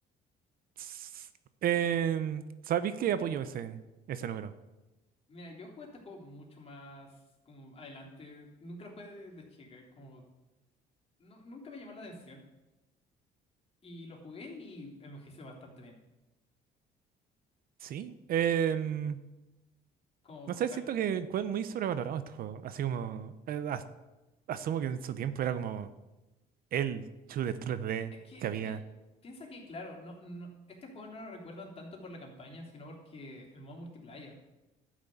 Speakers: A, on the right (about 60°); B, on the left (about 35°).
A: S- em, ¿sabéis que apoyo ese, ese número?
B: Mira, yo jugué este juego mucho más como adelante. Nunca lo jugué de, de chica, como no, nunca me llamó la atención y lo jugué y envejeció bastante bien.
A: Sí. em,
B: Como
A: no sé,
B: par-
A: siento que fue muy sobrevalorado este juego. Así como, eh, as- asumo que en su tiempo era como el shooter 3D
B: Es que
A: que había.
B: pi- piensa que, claro, no, no, este juego no lo recuerdan tanto por la campaña, sino porque el modo multiplayer,